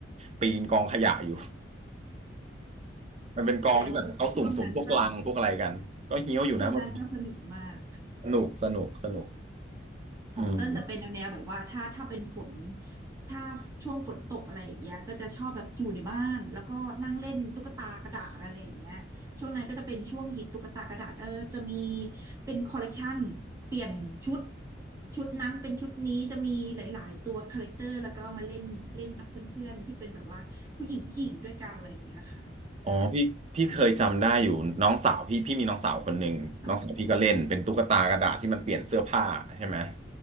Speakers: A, on the right; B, on the right.
A: ปีนกองขยะอยู่ <laughs> มันเป็นกองที่แบบเขาสุ่มๆพวกลังพวกอะไรกันก็เฮี้ยวอยู่นะมัน
B: แสดงว่าช่วงนั้นก็ช่วงนั้นก็สนุกมาก
A: สนุกสนุกสนุก
B: ของเติ้ลจะเป็นแนวแนวแบบว่าถ้าถ้าเป็นฝน
A: อืม
B: ถ้าช่วงฝนตกอะไรอย่างเงี้ยก็จะชอบแบบอยู่ในบ้านแล้วก็นั่งเล่นตุ๊กตากระดาษอะไรอย่างเงี้ยช่วงนั้นก็จะเป็นช่วงฮิตตุ๊กตากระดาษเออจะมีเป็นคอลเลกชันเปลี่ยนชุดชุดนั้นเป็นชุดนี้จะมีหลายๆตัวคาแรคเตอร์แล้วก็เอามาเล่นเล่นกับเพื่อนๆที่เป็นแบบว่าผู้หญิงผู้หญิงด้วยกันอะไรอย่างเงี้ยค่ะอ่า
A: อ๋อพี่พี่เคยจำได้อยู่น้องสาวพี่พี่มีน้องสาวคนหนึ่งน้องสาวพี่ก็เล่นเป็นตุ๊กตากระดาษที่มันเปลี่ยนเสื้อผ้าใช่ไหม
B: ค่ะ